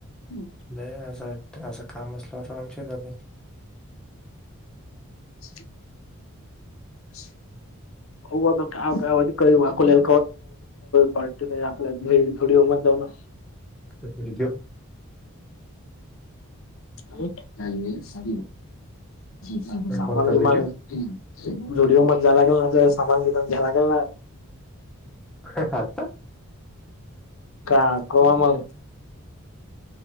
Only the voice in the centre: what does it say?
नाही असं वा असं काम असल्यावर आमशी जे
व्हिडिओ
कोणता
व्हिडिओ?
ह हाता.